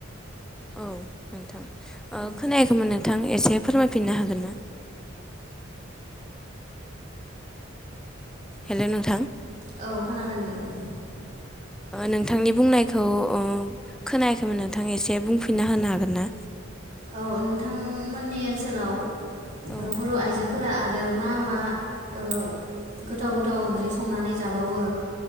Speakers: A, in the centre; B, on the right (about 40°).
A: औ नोंथां। ओ
B: औ
A: खोनायाखैमोन नोंथां एसे फोरमायफिननो हागोन ना हेलौ नोंथां
B: औ खोनादों दे बुं
A: नोंथांनि बुंनायखौ खोनायाखैमोन नोंथां एसे बुंफिनना होनो हागोन ना
B: औ नोंथांमोननि ओनसोलाव
A: औ
B: बर' आइजो फोरा आरो मा मा ओ गोथाव गोथाव ओंख्रि संनानै जाबावो